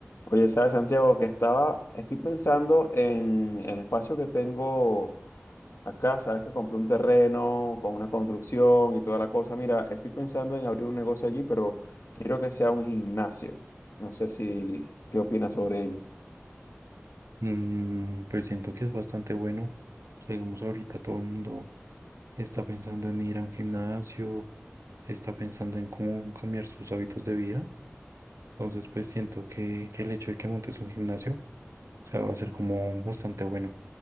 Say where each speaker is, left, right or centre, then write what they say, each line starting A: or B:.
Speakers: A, on the left (about 65°); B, on the right (about 85°).
A: Oye, ¿sabes, Santiago? Que estaba, estoy pensando en el espacio que tengo acá, sabes que compré un terreno con una construcción y toda la cosa. Mira, estoy pensando en abrir un negocio allí, pero quiero que sea un gimnasio. No sé si, ¿qué opinas sobre ello?
B: Mm, pues siento que es bastante bueno. O sea, digamos, ahorita todo el mundo está pensando en ir a un gimnasio, está pensando en cómo cambiar sus hábitos de vida. Entonces, pues siento que, que el hecho de que montes un gimnasio, o sea, va a ser como bastante bueno.